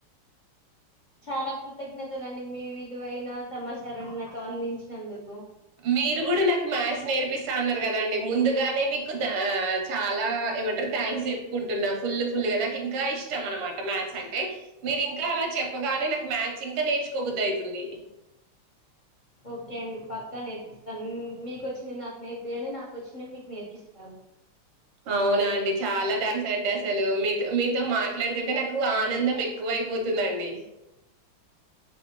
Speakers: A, on the left; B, on the right.
A: చాలా కృతజ్ఞతలు అండి మీ విలువైన సమాచారాన్ని నాకు అందించినందుకు
B: మీరు గూడా నాకు మ్యాథ్స్ నేర్పిస్తా అన్నారు కదండి ముందుగానే మీకు చాలా ఏమంటారు థ్యాంక్స్ చెప్పుకుంటున్నా ఫుల్ ఫుల్ గా నాకు ఇంకా ఇష్టం అనమాట మ్యాథ్స్ అంటే మీరు ఇంకా అలా చెప్పగానే నాకు మ్యాథ్స్ ఇంకా నేర్చుకోబుద్ది అయితుంది
A: ఓకే అండి పక్కా నేర్పిస్తాను మీకొచ్చింది నాకు నేర్పి యండి నాకు వచ్చింది మీకు నేర్పిస్తాను
B: అవునా అండి చాలా థ్యాంక్స్ అండి అసలు మీతో మీతో మాట్లాడుతుంటే నాకు ఆనందం ఎక్కువ అయిపోతుందండి